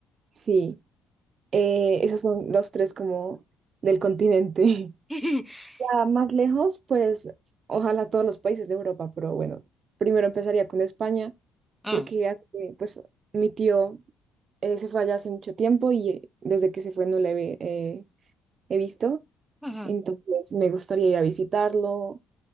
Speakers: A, on the right (about 45°); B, in the centre.
A: Sí, eh, esos son los tres como del continente. <laughs>
B: <laughs>
A: Ya más lejos, pues ojalá todos los países de Europa, pero bueno, primero empezaría con España,
B: Mm.
A: porque hace- pues mi tío eh, se fue allá hace mucho tiempo y eh, desde que se fue no le he eh, he visto.
B: Ujú.
A: Entonces me gustaría ir a visitarlo.